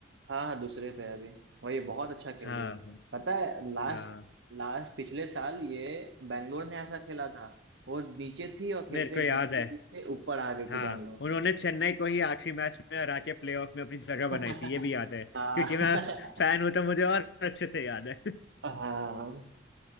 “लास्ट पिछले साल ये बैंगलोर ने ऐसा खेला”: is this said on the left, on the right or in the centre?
Right